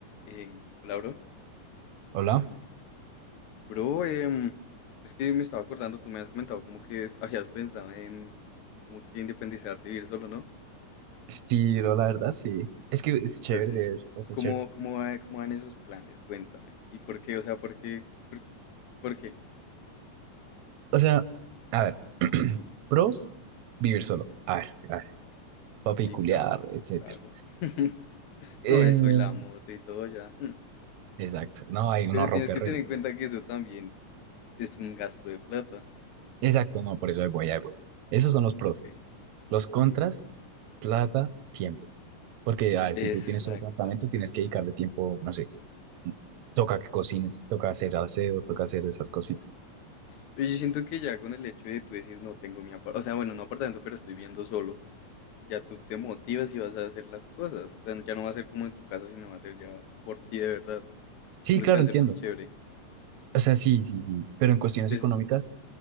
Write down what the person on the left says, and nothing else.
Eh, hola, bro.
Bro, em, es que me estaba acordando, tú me has comentado como que es- habías pensado en como que independizarte y vivir solo, ¿no?
Entonces,
¿cómo,
cómo va- cómo van esos planes? Cuéntame. ¿Y por qué? O sea, ¿por qué? ¿Por, por qué?
Sí,
claro,
claro. <laughs>
No, eso y la moto y todo ya. Mm.
Pero
tienes que
tener
en cuenta que eso también es un gasto de plata.
Ok,
sí.
Exacto.
Pero yo siento que ya con el hecho de tú decir no tengo mi apartamento, o sea, bueno, no apartamento, pero estoy viendo solo, ya tú te motivas y vas a hacer las cosas. O sea, ya no va a ser como en tu casa, sino va a ser ya por ti de verdad.
Siento
que va a
ser más chévere.
Y pues,